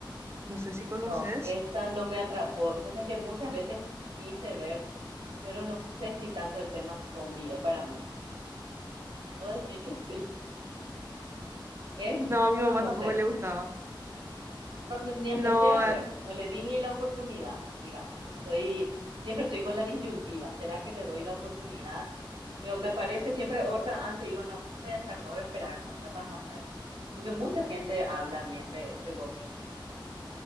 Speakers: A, on the right; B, on the right.
A: No sé si conoces.
B: no, esa no me atrapó. Pues es que muchas veces quise ver, pero no sé si tanto el tema zombie es para mí. Puedo decir que sí. Es,
A: No, a mi mamá
B: no
A: tampoco
B: sé.
A: le gustaba.
B: no- ni empecé
A: No,
B: a ver,
A: eh,
B: no le di ni la oportunidad, digamos. Estoy, siempre estoy con la disyuntiva, ¿será que le doy la oportunidad? Pero me parece siempre otra antes, yo no, voy a dejar, no voy a esperar nomás, capaz más tarde. Porque mucha gente habla bien de, de Walking.